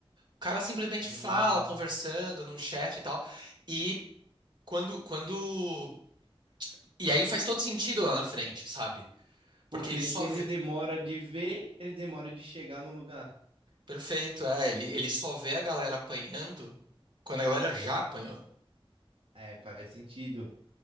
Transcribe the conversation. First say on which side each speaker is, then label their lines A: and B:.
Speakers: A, on the right; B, on the right.
A: O cara simplesmente
B: Hum.
A: fala, conversando num chat e tal. E quando, quando... E aí faz todo sentido lá na frente, sabe?
B: Porque
A: Porque ele só
B: se ele
A: vê...
B: demora de ver, ele demora de chegar no lugar.
A: Perfeito, é. Ele, ele só vê a galera apanhando quando a galera já apanhou.
B: É, faz sentido.